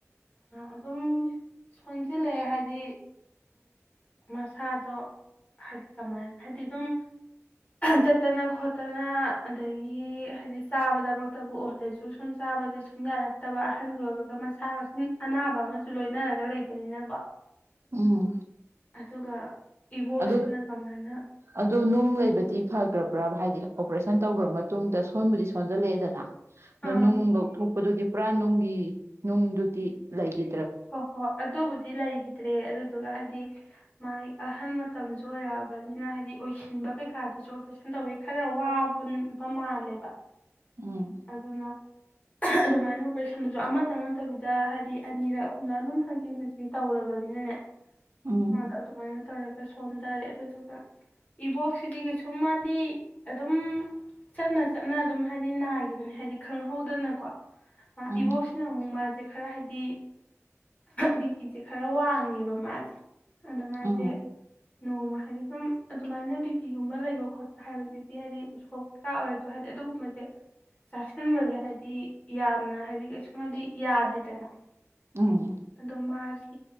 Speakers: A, on the left; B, on the right.
A: ꯑꯗꯨꯝ ꯁꯣꯟꯁꯤꯜꯂꯛꯑꯦ ꯍꯥꯏꯗꯤ ꯃꯁꯥꯗꯣ ꯍꯥꯏꯗꯤ ꯀꯃꯥꯏ ꯍꯥꯏꯗꯤ ꯑꯗꯨꯝ ꯆꯠꯇꯅ ꯈꯣꯠꯇꯅ ꯑꯗꯒꯤ ꯍꯥꯏꯗꯤ ꯆꯥꯕꯗꯃꯛꯇꯕꯨ ꯑꯣꯏꯔꯁꯨ ꯁꯨꯝ ꯆꯥꯕꯗꯤ ꯁꯨꯝ ꯌꯥꯔꯛꯇꯕ ꯑꯍꯟꯒꯤ ꯑꯣꯏꯕꯒ ꯃꯁꯥꯒ ꯁꯨꯝ ꯑꯅꯥꯕ ꯑꯃꯁꯨ ꯂꯣꯏꯅꯔꯒ ꯂꯩꯕꯅꯤꯅꯀꯣ
B: ꯎꯝ
A: ꯑꯗꯨꯒ ꯏꯕꯣꯛꯁꯤꯅ
B: ꯑꯗꯨ
A: ꯀꯃꯥꯏꯅ
B: ꯑꯗꯨ ꯅꯨꯡ ꯂꯩꯕꯗꯤ ꯐꯈ꯭ꯔꯕ ꯄꯨꯔꯥ ꯍꯥꯏꯗꯤ ꯑꯣꯄꯔꯦꯁꯟ ꯇꯧꯈ꯭ꯔ ꯃꯇꯨꯡꯗ ꯁꯣꯟꯕꯨꯗꯤ ꯁꯣꯟꯖꯜꯂꯛꯑꯦꯗꯅ ꯑꯗꯣ
A: ꯑꯥ
B: ꯅꯨꯡ ꯂꯧꯊꯣꯛꯄꯗꯨꯗꯤ ꯄꯨꯔꯥ ꯅꯨꯡꯒꯤ ꯅꯨꯡꯗꯨꯗꯤ ꯂꯩꯈꯤ
A: ꯍꯣꯏ ꯍꯣꯏ ꯑꯗꯨꯕꯨꯗꯤ ꯂꯩꯈꯤꯗ꯭ꯔꯦ ꯑꯗꯨ ꯑꯗꯨꯒ ꯍꯥꯏꯗꯤ ꯃꯥꯒꯤ ꯑꯍꯟ ꯃꯇꯝꯁꯨ ꯑꯣꯏꯔꯛꯑꯕꯅꯤꯅ ꯍꯥꯏꯗꯤ ꯑꯣꯏꯁꯤꯟꯕ ꯀꯩꯀꯥꯗꯨꯁꯨ ꯑꯣꯄꯔꯦꯁꯟ ꯇꯧꯕꯋ ꯈꯔ ꯋꯥꯕꯕ ꯃꯥꯜꯂꯦꯕ
B: ꯎꯝ
A: ꯑꯗꯨꯅ ꯑꯗꯨꯃꯥꯏꯅ ꯑꯣꯄꯔꯦꯁꯟꯗꯨꯁꯨ ꯑꯃꯇ ꯅꯠꯇꯕꯤꯗ ꯍꯥꯏꯗꯤ ꯑꯅꯤꯔꯛ ꯂ ꯑꯗꯨꯝ ꯍꯪꯆꯤꯟ ꯍꯪꯆꯤꯟ ꯇꯧꯔꯕꯅꯤꯅꯅꯦ
B: ꯎꯝ
A: ꯃꯥꯗ ꯑꯗꯨꯨꯥꯏ ꯇꯔ ꯁꯣꯟꯊꯔꯦ ꯑꯗꯨꯗꯨꯒ ꯏꯕꯣꯛꯁꯤꯗꯤ ꯀꯩꯁꯁꯨ ꯃꯥꯗꯤ ꯑꯗꯨꯝ ꯆꯠꯅ ꯆꯠꯅ ꯑꯗꯨꯝ ꯍꯥꯏꯗꯤ ꯅꯥꯈꯤꯕꯅꯤ ꯍꯥꯏꯗꯤ ꯈꯪꯍꯧꯗꯅꯀꯣ ꯑ
B: ꯎꯝ
A: ꯏꯕꯣꯁꯅ ꯃ ꯃꯥ ꯁꯦ ꯈꯔ ꯍꯥꯏꯗꯤ ꯕꯤꯄꯤꯤꯁꯦ ꯈꯔ ꯋꯥꯡꯉꯦꯕ ꯃꯥꯁꯦ ꯑ ꯃꯥ
B: ꯎꯝ
A: ꯆꯦ ꯅꯣꯡꯃ ꯍꯥꯏꯗꯤ ꯁꯨꯝ ꯑꯗꯨꯃꯥꯏꯅ ꯕꯤ ꯄꯤꯒꯨꯝꯕ ꯂꯩꯕ ꯈꯣꯠꯄ ꯍꯥꯏꯕꯁꯤꯗꯤ ꯍꯥꯏꯗꯤ ꯎꯁꯣꯛꯀꯥ ꯑꯣꯏꯔꯁꯨ ꯍꯥꯏꯗꯤ ꯑꯗꯨꯒꯨꯝꯕꯁꯦ ꯆꯥꯁꯤꯟꯕꯒꯤꯦ ꯍꯥꯏꯕꯗꯤ ꯌꯥꯝꯅ ꯍꯥꯏꯗꯤ ꯀꯩꯁꯨꯝ ꯍꯥꯏꯗꯤ ꯌꯥꯗꯦꯗꯅ
B: ꯎꯝ
A: ꯑꯗꯣ ꯃꯥꯔꯆ